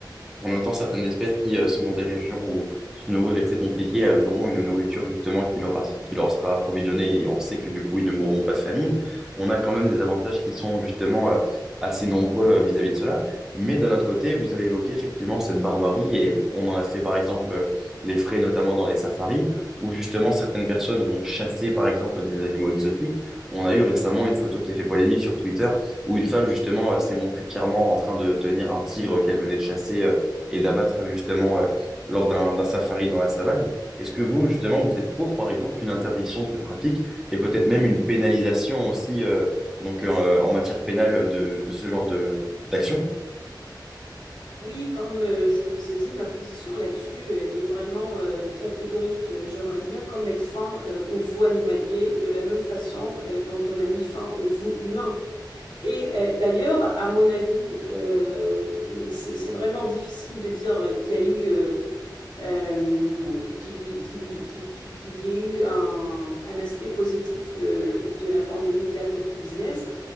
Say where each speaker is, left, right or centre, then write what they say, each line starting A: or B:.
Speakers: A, in the centre; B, on the left.
A: en même temps, certaines espèces qui euh, sont dans des régions où se nourrir est très compliqué, elles auront une nourriture justement qui leur, a- qui leur sera approvisionnée et on sait que du coup, ils ne mourront pas de famine. On a quand même des avantages qui sont justement euh, assez nombreux euh, vis-à-vis de cela. Mais d'un autre côté, vous avez évoqué effectivement cette barbarie et on en a fait par exemple euh, les frais notamment dans les safaris où justement certaines personnes vont chasser par exemple des animaux exotiques. On a eu récemment une photo qui a fait polémique sur Twitter où une femme justement euh, s'est montrée fièrement en train de tenir un tigre qu'elle venait de chasser. euh, et d'abattre justement euh, lors d'un d'un safari dans la savane. Est-ce que vous, justement, vous êtes pour, par exemple, une interdiction de ces pratiques et peut-être même une pénalisation aussi euh, donc euh, en matière pénale de, de ce genre de d'action?
B: Oui, comme euh, je vous ai dit, ma position là-dessus euh, est vraiment euh, catégorique. Euh, J'aimerais bien qu'on mette fin euh, aux zoos animaliers de la même façon euh, dont on a mis fin aux zoos humains. Et euh, d'ailleurs, à mon avis, euh, et c'est c'est vraiment difficile de dire qu'il y a eu euh, euh, qu'il y, qu'il y- qu'il- qu'il- qu'il y ait eu un, un aspect positif euh, de la pandémie de la COVID-19.